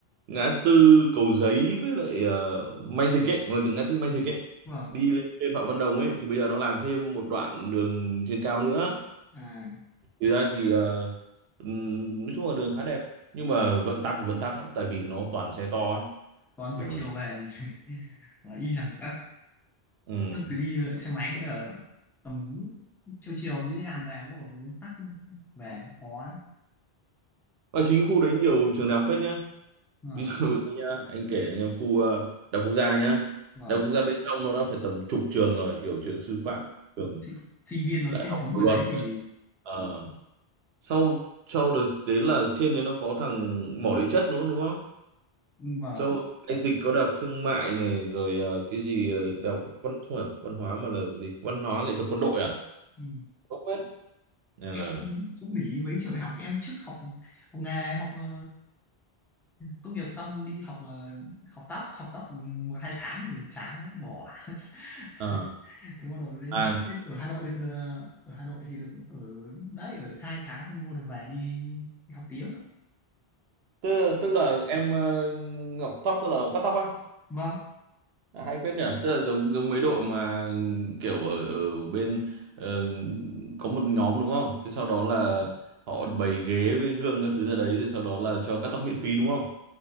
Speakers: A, on the right; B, in the centre.
A: ngã tư Cầu Giấy với lại uh, Mai Dịch ấy ngồi từ ngã tư Mai Dịch ấy
B: vâng
A: đi lên trên Phạm Văn Đồng ấy thì bây giờ nó làm thêm một đoạn đường trên cao nữa
B: à
A: thì ra thì ờ, ừm, nói chung là đường khá đẹp nhưng mà vận tắc thì vận tắc lắm tại vì nó toàn xe to ấy
B: còn buổi
A: kiểu
B: chiều về thì <laughs> là y rằng tắc
A: ừ.
B: cứ cứ đi xe máy là tầm chiều chiều đi làm về cũng còn tắc về khó
A: ở chính cái khu đấy nhiều trường đại học phết nhá
B: Ờ,
A: ví dụ như nhá anh kể cho nhá khu ờ, đại học quốc gia nhá
B: vâng
A: đại học quốc gia bên trong nó đã phải tầm chục trường rồi kiểu trường sư phạm trường
B: sinh, sinh viên nó
A: đại
B: sinh
A: học
B: sống
A: luật
B: ở đấy thì
A: ờ, sau sau đấy, đấy là trên đấy nó có thằng mỏ địa chất nữa đúng không
B: vâng
A: sau rồi cái dịch có đại học thương mại này rồi ờ, cái gì ờ, đại học văn không phải văn hóa mà là gì văn hóa nghệ thuật quân đội à
B: ừ.
A: không biết nên
B: em
A: là
B: cũng để ý mấy trường đại học em trước học học nghề học ờ, tốt nghiệp xong đi học ờ, học tóc học tóc một hai tháng thì chán bỏ <laughs>
A: ờ,
B: thế bắt đầu lên,
A: à
B: lên ở Hà Nội được ờ, ở Hà Nội thì được ở đấy ở được hai tháng xong bắt đầu về đi, đi học tiếng
A: tức, tức là em ờ, ngọc tóc tức là ngọc cắt tóc á
B: vâng
A: À, hay phết nhở tức là giống giống mấy đội mà kiểu ở ở bên ờ, có một nhóm đúng không thế sau đó là họ bày ghế với gương các thứ ra đấy rồi sau đó là cho cắt tóc miễn phí đúng không